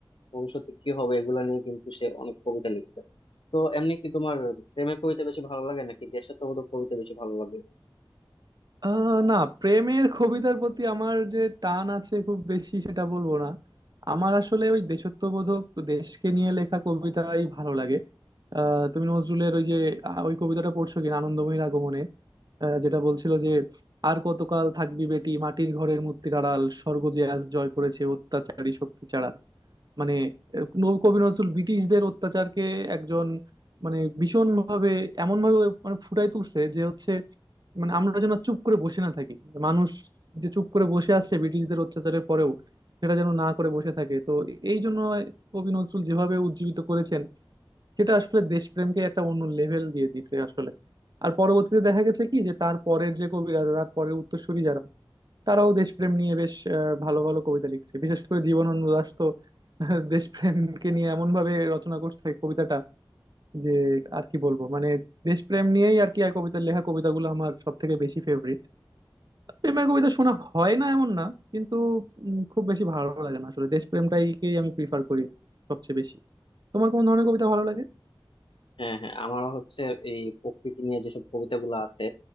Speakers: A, on the left (about 85°); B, on the right (about 55°).
A: ভবিষ্যতে কি হবে এগুলো নিয়ে কিন্তু সে অনেক কবিতা লিখতেন তো এমনি কি তোমার প্রেমের কবিতা বেশি ভালো লাগে নাকি দেশাত্মবোধক কবিতা বেশি ভালো লাগে
B: আহ, না প্রেমের কবিতার প্রতি আমার যে টান আছে খুব বেশি সেটা বলবো না আমার আসলে ওই দেশত্ববোধক দেশকে নিয়ে লেখা কবিতাই ভালো লাগে আহ তুমি নজরুলের ওই যে আহ, ওই কবিতাটা পড়ছো কিনা আনন্দময়ীর আগমনে আহ, যেটা বলছিল যে আর কতকাল থাকবি বেটি মাটির ঘরের মূর্তির আড়াল স্বর্গ যে আজ জয় করেছে অত্যাচারী শক্তি ছাড়া মানে আহ, ন- কবি নজরুল ব্রিটিশদের অত্যাচারকে একজন মানে ভীষণ ভাবে এমন ভাবে মানে ফুটাই তুলছে যে হচ্ছে মানে আমরা যেন আর চুপ করে বসে না থাকি মানুষ যে চুপ করে বসে আসছে ব্রিটিশদের অত্যাচারের পরেও সেটা যেন না করে বসে থাকে তো এই জন্য কবি নজরুল যেভাবে উজ্জীবিত করেছেন সেটা আসলে দেশপ্রেমকে একটা অন্য লেভেল দিয়ে দিছে আসলে আর পরবর্তীতে দেখা গেছে কি যে তার পরের যে কবিরা তার পরের উত্তরসূরি যারা তারাও দেশপ্রেম নিয়ে বেশ আহ, ভালো ভালো কবিতা লিখছে বিশেষ করে জীবনানন্দ দাশ তো <laughs> আহ, দেশপ্রেমকে নিয়ে এমন ভাবে রচনা করছে কবিতাটা যে আর কি বলবো মানে দেশপ্রেম নিয়েই আর কি আর কবিতার লেখা কবিতাগুলো আমার সব থেকে বেশি ফেভারিট প্রেমের কবিতা শোনা হয় না এমন না কিন্তু উম, খুব বেশি ভালো লাগে না আসলে দেশপ্রেমটাইকেই আমি প্রিফার করি সবচেয়ে বেশি তোমার কোন ধরনের কবিতা ভালো লাগে
A: হ্যাঁ হ্যাঁ আমারও হচ্ছে এই প্রকৃতি নিয়ে যেসব কবিতাগুলো আছে